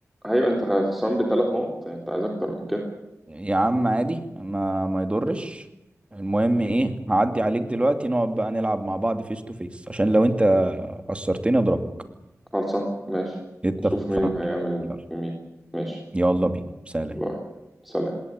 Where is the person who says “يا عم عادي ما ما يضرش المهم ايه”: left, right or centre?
Right